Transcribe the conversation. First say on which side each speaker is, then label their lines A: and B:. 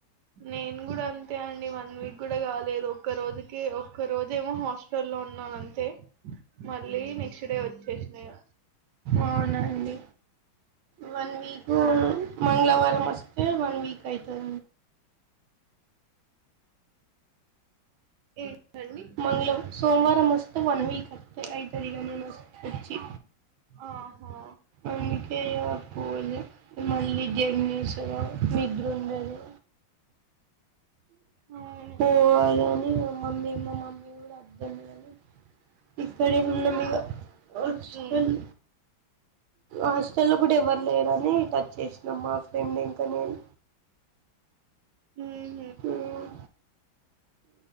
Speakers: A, on the right; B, on the right.
A: నేను కూడా అంతే అండి వన్ వీక్ కూడా కాలేదు ఒక్క రోజుకి ఒక్క రోజ ఏమో హాస్ట లు లో ఉన్నాను అంతే మళ్ళీ నెక్స్ట్ డే వచ్చేసినా ఇగ
B: అవున అండి వన్ వీక్
A: ఆ
B: మంగళవారం వస్తు తే వన్ వీక్ అవుతది
A: ఏంటండి
B: మంగల సోమవారం వస్తే వన్ వకతే అయితది నేను వచ్చి
A: ఆహో
B: అందుకే ఆ ఇగ పోలే మళ్ళీ జర్నీస్ నిద్ర ఉండది
A: అవును
B: పోవాలి కాని మా మమ్మీ మా మమ్మీ కూడా వద్దన్నదని ఇక్కడే ఉన్న మీగా హాస్టల్ల
A: హ్మ్
B: హాస్టల్ల కూడా ఎవరు లేరుని ఇటు అచ్చేసినాం మా ఫ్రెండ్ ఇంకా నేను
A: ఉహ్
B: ఉమ్